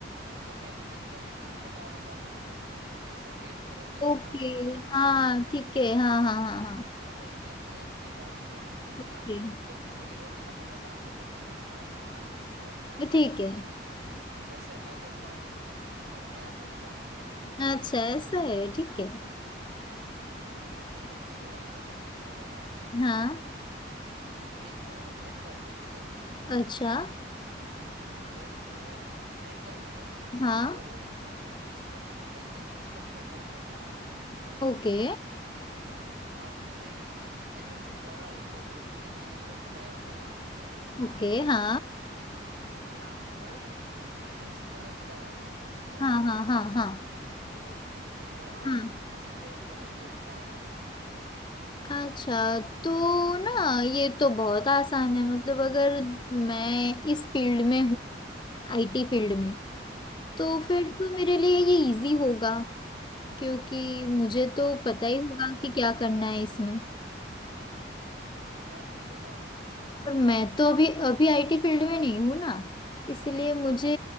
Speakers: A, on the right; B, on the left.
A: मतलब मैं तुम्हें एक परिस्थिति बताऊंगा तो तुम उसको कैसे फेस करोगी इसका
B: ओके
A: आंसर दोगी
B: हाँ
A: ठीक है
B: ठीक है हाँ हाँ हाँ हाँ
A: चलो मैं तुम्हें एक देता हूँ ठीक है तो इसका
B: ओके
A: आंसर तुम सही दोगे ना तो मैं मान लूंगा कि तुम स्मार्ट हो ठीक है
B: तो ठीक है
A: वैसे मैं तो स्मार्ट ही हूँ पर मैं आपको बता रहा हूँ ठीक है
B: अच्छा ऐसा है ठीक है
A: ओके तो सुनो मेरा सिनेरियो पहला
B: हाँ
A: कि एक हैकर है ठीक है
B: अच्छा
A: तो एक हैकर है
B: हाँ
A: जो विश्व की बैंकिंग सिस्टम को हैक कर रहा है
B: Okay
A: आपको एक गुप्त एजेंसी द्वारा उसे रोकने के लिए बुलाया गया है ठीक है
B: okay हाँ
A: आपको गुप्त एजेंसी द्वारा बुलाया गया है ठीक है
B: हाँ हाँ हाँ हाँ
A: ये रोकने के लिए तो आप
B: हाँ
A: इसको कैसे फेस करेगी और क्या करेगी
B: अच्छा तो ना ये तो बहुत आसान है मतलब अगर मैं इस फील्ड
A: अच्छा
B: में हूँ आईटी फील्ड में तो
A: हाँ
B: फिर तो मेरे लिए ये इजी होगा क्योंकि मुझे तो पता ही
A: पर कैसे
B: होगा कि क्या करना है इसमें
A: अच्छा क्या करना है बताओ मुझे भी
B: पर मैं तो अभी अभी आईटी फील्ड में नहीं हूँ ना इसलिए मुझे